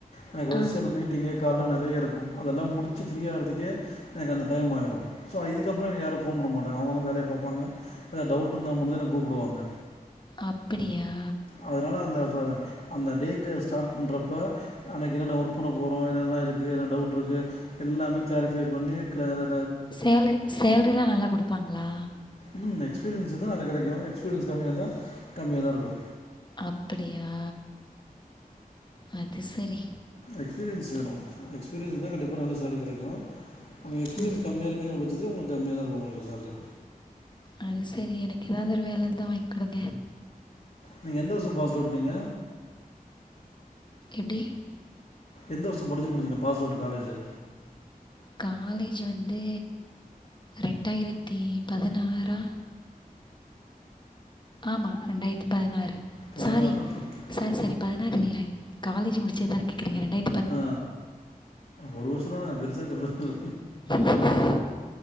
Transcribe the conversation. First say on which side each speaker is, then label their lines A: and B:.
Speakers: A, on the left; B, on the left.
A: எனக்கு வரிசைய
B: ஆ,
A: அந்த மீட்டிங் கால்ல நெறைய இருக்கு அதெல்லா முடிச்சு ஃப்ரீயா ஆகுறதுக்கே எனக்கு அந்த டைம் ஆயிரு சோ இதுக்கப்றோ எனக்கு யாரு போன் பண்ண மாட்டாங்க அவுங்கவுங்க வேலைய பாப்பாங்க ஏதா டவுட் இருந்தா மட்டு தா என்ன கூப்டுவாங்க
B: அப்பிடியா
A: அதனால அந்த அந்த டேக்கு ஸ்டார்ட் பண்றப்ப அன்னைக்கு என்னென்ன ஒர்க் பண்ண போறோ என்னெல்லா இருக்கு என்ன டவுட் இருக்கு எல்லாமே கிளாரிஃபை பண்ணி கிளாயிரா
B: சேல சேலரில்லா நல்லா குடுப்பாங்ளா
A: ம் எக்ஸ்பீரியன்ஸு தா அதுல கெடைக்கு எக்ஸ்பீரியன்ஸ் கம்மியா இருந்தா கம்மியா தா இருக்கு
B: அப்படியா அது செரி
A: எக்ஸ்பீரியன்ஸ் வேணு எக்ஸ்பீரியன்ஸ் இருந்தா கண்டிப்பா நல்ல சேல்ரி கெடைக்கு நம்ப எக்ஸ்பீரியன்ஸ்
B: ம்ஹ்ம்.
A: கம்மியா இருக்குங்ற பட்சத்தில உங்களுக்கு கம்மியா தா இருக்கு உங்களுக்கு சேல்ரி
B: அது சேரி எனக்கு எதாவ்து ஒரு வேல இருந்தா வாய்ன் குடுங்க
A: நீங்க எந்த வர்ஷோ பாஸ்டவுட் நீங்க
B: எப்டி
A: எந்த வர்ஷோ படிச்சு முடிச்சிங்க பாஸ் அவுட்டு காலேஜ்ஜு
B: காலேஜ் வந்து ரெண்டாயிரத்தி பதினாறா ஆமா ரெண்டாயிரத்தி பதினாறு
A: பதினாறுனா
B: சாரி
A: பத்து
B: சாரி சாரி பதினாறு இல்ல காலேஜ் முடிச்சதுதானே கேக்குறீங்க ரெண்டா
A: ஆ ஒரு வர்ஷோ தானே பெருசா டிஃப்ரன்ஸ் இல்ல
B: இ <unintelligible>